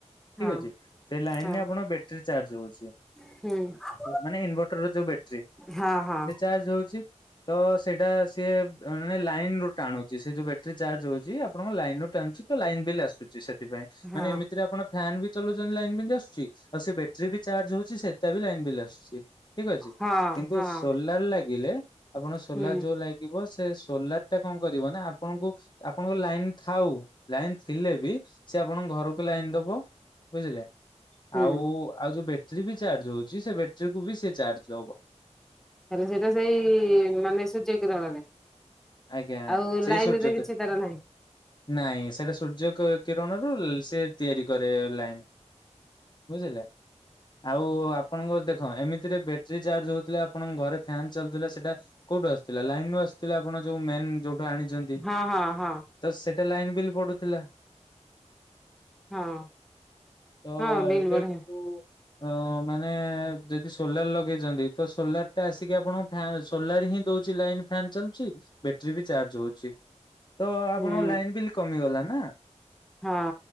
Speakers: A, in the centre; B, on the left.
A: ହଁ
B: ଠିକ ଅଛି ସେ ଲାଇନ
A: ହଁ
B: ରେ ଆପଣଙ୍କ ବ୍ୟାଟେରୀ ଚାର୍ଜ ହଉଛି
A: ହୁଁ।
B: ମାନେ ଇନଭର୍ଟର ଯୋଉ ବ୍ୟାଟେରୀ ସେ
A: ହଁ ହଁ
B: ଚାର୍ଜ ହଉଛି ତ ସେଇଟା ସିଏ ମାନେ ଲାଇନ ରୁ ଟାଣୁଛି ସେ ଯୋଉ ବଟେରୀ ଚାର୍ଜ ହଉଛି ଆପଣଙ୍କ ଲାଇନ ରୁ ଟାଣୁଛି ତ ଲାଇନ ବିଲ ଆସୁଛି ସେଥିପାଇଁ
A: ହଁ
B: ମାନେ ଏମିତିରେ ଆପଣ ଫ୍ୟନ୍ ବି ଚଲଉଛନ୍ତି ଲାଇନ ବିଲ ଆସୁଛି ଆଉ ସେ ବ୍ୟାଟେରୀ ବି ଚାର୍ଜ ହଉଛି ସେଟ ବି ଲାଇନ ବିଲ ଆସୁଛି ଠିକ ଅଛି
A: ହଁ
B: କିନ୍ତୁ
A: ହଁ
B: ସୋଲାର ଲାଗିଲେ ଆପଣ ସୋଲାର
A: ହୁଁ
B: ଯୋଉ ଲାଇ ଥିବ ସେ ସୋଲାର ଟା କଣ କରିବ ନା ଆପଣଙ୍କୁ ଆପଣଙ୍କ ଲାଇନ ଥାଉ ଲାଇନ ଥିଲେ ବି ସେ ଆପଣଙ୍କ ଘରକୁ ଲାଇନ ଦବ ବୁଝିଲେ
A: ହୁଁ
B: ଆଉ ଆଉ ଯୋଉ ଯିବେ? ସେ ବି ଚାର୍ଜ ହଉଛି ସେ ବ୍ୟାଟେରିକୁ ବି ସେ ଚାର୍ଜ ହବ।
A: ହେଲେ ସେଇଟା ସେଇ ମାନେ ସୂର୍ଯ୍ୟ କିରଣରେ।
B: ଆଜ୍ଞା
A: ଆଉ
B: ସେଇ
A: ଲାଇନ
B: ସୂର୍ଯ୍ୟ
A: ରେ
B: କି
A: କିଛି ତାର ନାହିଁ।
B: ନାଇଁ ସେଇଟା ସୂର୍ଯ୍ୟ ଙ୍କ କିରଣରୁ ସେ ତିଆରି କରେ ଲାଇନ। ବୁଝିଲେ ଆଉ ଆପଣଙ୍କ ଦେଖ ଏମିତିରେ ବେ ଟେରି ଚାର୍ଜ ହଉଥିଲା ଆପଣଙ୍କ ଘରେ ଫ୍ୟାନ୍ ଚାଲୁଥିଲା ସେଇଟା କୋଉଠୁ ଆସୁଥିଲା? ଲାଇନ ଆଶୁଥିଲା ଆପଣ ଯୋଉ ମେନ୍ ଯୋଉଠୁ ଆଣିଛନ୍ତି।
A: ହଁ ହଁ ହଁ।
B: ତ ସେଟା ଲାଇନ ବି ପଡୁଥିଲା।
A: ହଁ
B: ତ
A: ହଁ ବିଲ୍
B: ଏବେ
A: ବଢିଆ
B: କିନ୍ତୁ ଅ ମାନେ ଯଦି ସୋଲାର ଲଗେଇଛନ୍ତି ତ ସୋଲାର ଟା ଆସିକି ଆପଣ ଫ୍ୟାନ ସୋଲାର ହିଁ ଦଉଛି ଲାଇନ ଫ୍ୟାନ୍ ଚାଲୁଛି ବ୍ୟାଟେରୀ ବି ଚାର୍ଜ ହଉଛି। ତ ଆପଣଙ୍କ
A: ହୁଁ
B: ଲାଇନ ବିଲ୍ କମିଗଲା ନା।
A: ହଁ,